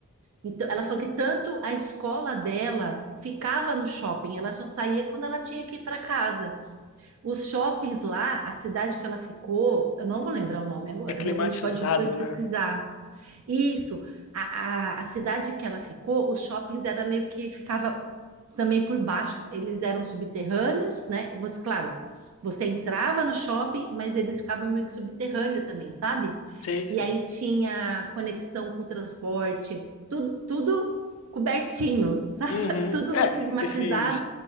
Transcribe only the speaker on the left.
É climatizado,
né?
Sei, sei.
Uhum.
É,
esses